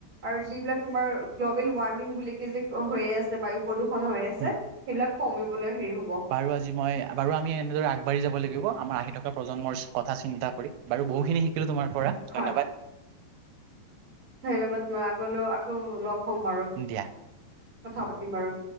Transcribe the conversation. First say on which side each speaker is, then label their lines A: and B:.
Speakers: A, on the right (about 40°); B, on the right (about 85°).
A: আৰু যিবিলাক তোমাৰ গ্ল'বেল ৱাৰ্মিং বুলি হৈ আছে, বায়ু প্ৰদূষণ হৈ আছে,
B: উম
A: সেইবিলাক কমিবলৈ সেৰি হ'ব।
B: বাৰু আজি মই, বাৰু আমি এনেদৰে আগবাঢ়ি যাব লাগিব আমাৰ আহি থকা প্ৰজন্মৰ কথা চিন্তা কৰি। বাৰু বহু খিনি শিকিলো তোমাৰ পৰা।
A: হয়,
B: ধন্যবাদ
A: ধন্যবাদ তোমাৰ আগলৈ আকৌ লগ হম বাৰু
B: দিয়া
A: কথা পাতিম বাৰু।